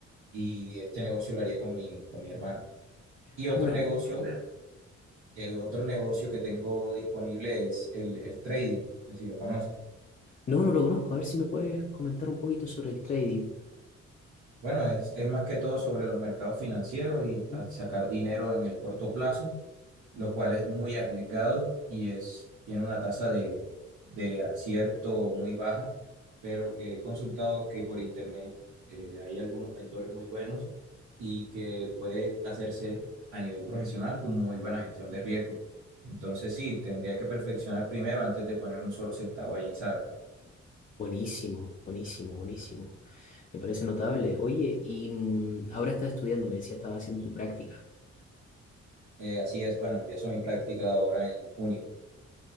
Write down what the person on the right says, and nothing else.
Y este negocio lo haría con mi, con mi hermano. Y
otro
negocio, eh, otro negocio que tengo disponible es el, el trading, no sé si lo conoces.
Bueno, es, es más que todo sobre los mercados financieros y
a sacar dinero en el corto plazo. lo cual es muy arriesgado y es, tiene una tasa de, de acierto muy baja, pero que he consultado que por internet eh, hay algunos mentores muy buenos y que puede hacerse a nivel profesional con muy buena gestión de riesgo. Entonces sí, tendría que perfeccionar primero antes de poner un solo centavo allí, ¿sabes?
Eh, así es, bueno, empiezo mi práctica ahora en junio.